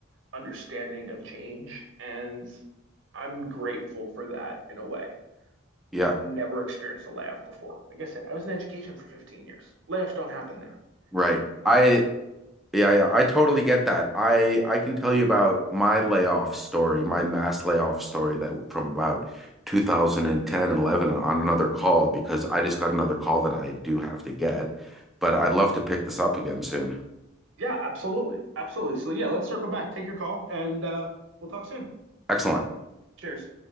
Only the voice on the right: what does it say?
understanding of change. And I'm grateful for that in a way.
I've never experienced a layoff before. Like I said, I was in education for 15 years. Layoffs don't happen there.
Um,
yeah, absolutely. Absolutely. So, yeah, let's circle back. Take your call and uh, we'll talk soon.
Cheers.